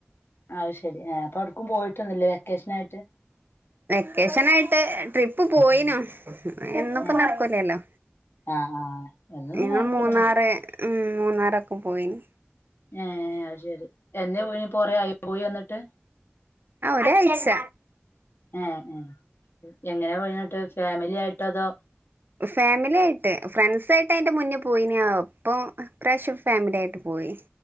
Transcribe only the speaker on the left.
അഹ് ശരി അപ്പൊ എടക്കും പോയിട്ടൊന്നല്ലേ വെക്കേഷൻ ആയിട്ട്
ഏ
ആഹ് ആഹ് എന്നൊന്നും
നടക്കൂലന്നാ
ഏഹ് അഹ് ശരി എന്നെ പോ ഇനി പറ ആയി പോയി വന്നിട്ട്
എഹ് എഹ് എങ്ങനെ പോയന്നട്ട് ഫാമിലി ആയിട്ട് അതോ